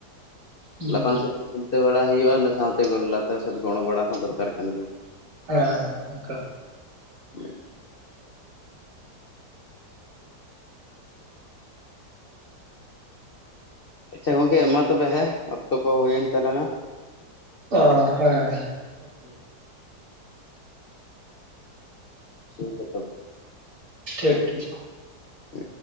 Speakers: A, on the right (about 70°); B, on the left (about 80°).
A: ᱦᱮᱸ
B: ᱞᱟᱛᱷᱟᱝ ᱥᱮᱫ ᱡᱛᱮ ᱵᱟᱲᱟ ᱦᱩᱭᱩᱜᱼᱟ ᱚᱱᱟ ᱥᱟᱶᱛᱮ ᱞᱟᱛᱟᱨ ᱥᱮᱫ ᱜᱚᱲᱚ ᱵᱟᱲᱟ ᱦᱚᱸ ᱫᱚᱨᱠᱟᱨ ᱠᱟᱱ ᱜᱮᱭᱟ
A: ᱦᱮᱸ ᱦᱮᱸ ᱮᱱᱟᱞ
B: ᱦᱮᱸ ᱟᱪᱪᱷᱟ ᱜᱚᱢᱠᱮ ᱢᱟ ᱛᱚᱵᱮ ᱦᱮᱸ ᱚᱠᱛᱚ ᱠᱚ ᱦᱩᱭᱮᱱ ᱛᱟᱞᱟᱝᱟ
A: ᱚ ᱦᱮᱸ ᱦᱮᱸ
B: ᱴᱷᱤᱠ ᱜᱮᱭᱟ ᱛᱚᱵᱮ
A: ᱴᱷᱤᱠ ᱴᱷᱤᱠ
B: ᱦ